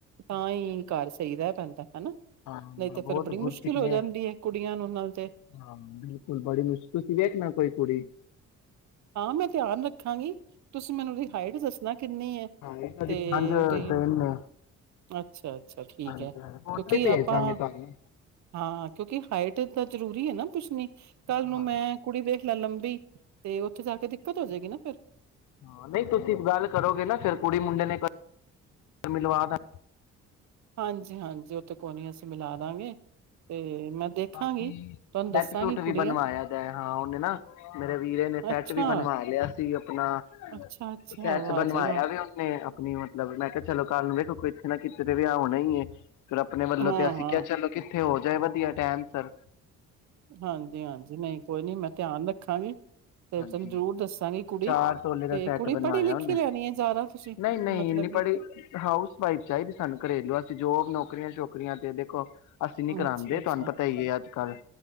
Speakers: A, on the right (about 65°); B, on the left (about 80°).
A: ਤਾਂ ਹੀ ਘਰ ਸਹੀ ਰਹਿ ਪੈਂਦਾ। ਹਨਾ
B: ਹਾਂ
A: ਨਈ ਤੇ
B: ਬਹੁਤ
A: ਫੇਰ ਬੜੀ ਮੁਸ਼ਕਿਲ
B: ਗੁਰਸਿਖ
A: ਹੋ
B: ਨੇ
A: ਜਾਂਦੀ ਏ ਕੁੜੀਆਂ ਨੂੰ ਨਾਲ ਤੇ
B: ਹਾਂ ਬਿਲਕੁਲ ਬੜੀ ਮੁਸ਼ਤੁਸੀ ਤੁਸੀ ਵੇਖਣਾ ਕੋਈ ਕੁੜੀ
A: ਹਾਂ ਮੈਂ ਧਿਆਨ ਰੱਖਾਂਗੀ ਤੁਸੀਂ ਮੈਨੂੰ ਉਹਦੀ ਹਾਈਟ ਦੱਸਣਾ ਕਿੰਨੀ ਹੈ
B: ਹਾਂ ਇਹਦੀ
A: ਤੇ
B: ਪੰਜ
A: ਉਹਦੀ
B: ਤਿੰਨ ਨੇ
A: ਅੱਛਾ ਅੱਛਾ ਠੀਕ
B: ਹਾਂਜੀ
A: ਹੈ
B: ਹਾਂਜੀ ਫੋਟੋ
A: ਕਿਉਂਕਿ
B: ਹੀ ਭੇਜ
A: ਆਪਾਂ
B: ਦਾਂਗੇ ਤੁਹਾਨੂੰ।
A: ਹਾਂ ਕਿਉਂਕਿ ਹਾਈਟ ਇਹ ਤੇ ਜ਼ਰੂਰੀ ਹੈ ਨਾ ਪੁੱਛਣੀ। ਕੱਲ
B: ਹਾਂ
A: ਨੂੰ ਮੈਂ ਕੁੜੀ ਦੇਖ ਲੈ ਲੰ ਵੀ ਤੇ, ਉੱਥੇ ਜਾ ਕੇ ਦਿੱਕਤ ਹੋ ਜੇਗੀ ਨਾ ਫਿਰ।
B: ਹਾਂ ਨਹੀਂ ਤੁਸੀਂ ਗੱਲ ਕਰੋਗੇ ਨਾ, ਫਿਰ ਕੁੜੀ ਮੁੰਡੇ ਨੂੰ ਇੱਕ ਵਾਰ ਮਿਲਵਾ ਦਾਂ
A: ਹਾਂਜੀ-ਹਾਂਜੀ, ਉਹ ਤੇ ਕੋਈ ਨੀ, ਅਸੀਂ ਮਿਲਾ ਦਾਗੇ ਤੇ ਮੈਂ ਦੇਖਾਂਗੀ।
B: ਬਾਕੀ
A: ਤੁਹਾਨੂੰ ਦੱਸਾਂਗੀ
B: ਸੈਟ ਸੂਟ ਵੀ
A: ਕੁੜੀਆਂ
B: ਬਨਵਾਇਆ ਦਾ ਐ ਹਾਂ ਉਹਨੇ ਨਾ, ਮੇਰੇ ਵੀਰੇ ਨੇ ਸੈਟ
A: ਅੱਛਾ,
B: ਵੀ ਬਨਵਾ ਲਿਆ ਸੀ ਆਪਣਾ,
A: ਅੱਛਾ-ਅੱਛਾ
B: ਸੈਟ
A: ਵਾਹ
B: ਬਨਵਾਇਆ
A: ਜੀ ਵਾਹ!
B: ਵੇ ਉਹਨੇ ਆਪਣੀ ਮਤਲਬ ਮੈਂ ਕਿਹਾ ਚਲੋ ਕੱਲ ਨੂੰ ਵੇਖੋ ਕਿੱਥੇ ਨਾ ਕਿੱਥੇ ਤੇ ਵਿਆਹ ਹੋਣਾ ਹੀ ਏ। ਫਿਰ ਆਪਣੇ ਵੱਲੋਂ
A: ਹਾਂ-ਹਾਂ,
B: ਤੇ ਅਸੀਂ ਕਿਹਾ ਚਲੋ ਕਿ ਥੇ ਹੋ ਜੇ ਵਧੀਆ ਟੈਮ ਸੇਰ
A: ਹਾਂਜੀ-ਹਾਂਜੀ ਨਹੀਂ ਕੋਈ ਨੀ, ਮੈਂ ਧਿਆਨ ਰੱਖਾਂਗੀ। ਤੇ
B: ਹਾਂਜੀ
A: ਤੈਨੂੰ ਜ਼ਰੂਰ ਦੱਸਾਂਗੀ ਕੁੜੀ
B: ਚਾਰ ਤੋਲੇ ਦਾ
A: ਤੇ
B: ਸੈਟ
A: ਕੁੜੀ
B: ਬਨਵਾਇਆ
A: ਪੜ੍ਹੀ ਲਿਖੀ
B: ਉਹਨੇ,
A: ਲੈਣੀ ਹੈ ਜ਼ਿਆਦਾ ਤੁਸੀਂ
B: ਨਹੀਂ-ਨਹੀਂ
A: ਮਤਲਬ
B: ਇੰਨੀ
A: ਕਿ
B: ਪੜ੍ਹੀ, ਹਾਊਸ ਵਾਈਫ ਚਾਹੀਦੀ ਸਾਨੂੰ, ਘਰੇਲੂ ਅਸੀਂ ਜੋਬ ਨੌਕ ਨੌਕਰੀਆਂ ਛੋਕਰੀਆਂ ਤੇ ਦੇਖੋ ਅਸੀਂ ਨੀ ਕਰਾਂਦੇ
A: ਅੱਛਾ ਅੱਛਾ
B: ਤੁਹਾਨੂੰ ਪਤਾ ਹੀ ਐ, ਅੱਜ ਕੱਲ੍ਹ,